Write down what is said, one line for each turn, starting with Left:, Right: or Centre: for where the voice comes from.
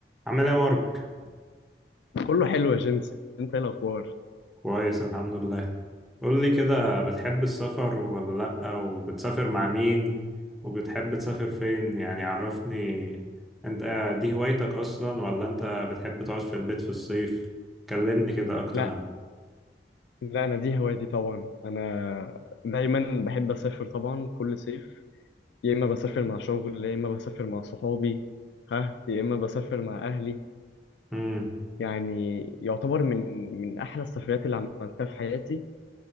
Centre: عامل ايه يا مارك
Left: كله حلو يا جيمس انت ايه الاخبار
Centre: كويس الحمد لله قول لي كده بتحب السفر ولا لأ وبتسافر مع مين وبتحب تسافر فين يعني عرفني انت آه، دي هوايتك اصلا ولا انت بتحب تقعد في البيت في الصيف كلمني كده اكتر
Left: لا
Centre: عنها
Left: لا انا دي هوايتي طبعا انا دايما بحب اسافر طبعا كل صيف يا اما بسافر مع شغل يا اما بسافر مع صحابي ها يا اما بسافر مع اهلي
Centre: امم
Left: يعني يعتبر من من احلى السفريات اللي عملتها في حياتي